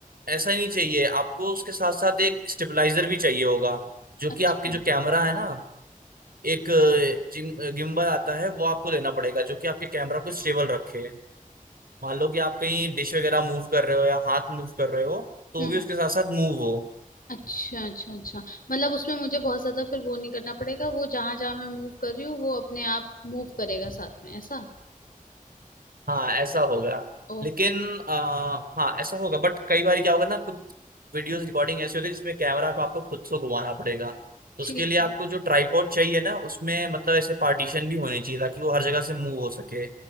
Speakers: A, on the right; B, on the left.
A: ऐसा ही नहीं चाहिए आपको उसके साथ साथ एक स्टेबलाइजर भी चाहिए होगा जो
B: अच्छा,
A: कि आपके जो कैमरा है ना एक गिम्बल आता है वो आपको लेना पड़ेगा जो कि आपके कैमरा को स्टेबल रखे मान लो कि आप कहीं डिश वगैरह मूव कर रहे हो या हाथ मूव कर रहे हो तो
B: हुँ,
A: भी उसके साथ साथ मूव हो
B: अच्छा, अच्छा, अच्छा। मतलब उसमें मुझे बहुत ज़्यादा फिर वो नहीं करना पड़ेगा, वो जहाँ-जहाँ मैं मूव कर रही हूँ, वो अपने आप मूव करेगा साथ में, ऐसा?
A: हाँ ऐसा होगा
B: ओके,
A: लेकिन आ, हाँ ऐसा होगा बट कई बार क्या होगा ना कुछ वीडियोस रिकॉर्डिंग ऐसी होती है जिसमें कैमरा को आपको खुद से घुमाना पड़ेगा तो
B: ठीक
A: उसके लिए आपको
B: है।
A: जो ट्राइपॉड चाहिए ना उसमें मतलब ऐसे पार्टीशन भी होनी चाहिए ताकि वो हर जगह से मूव हो सके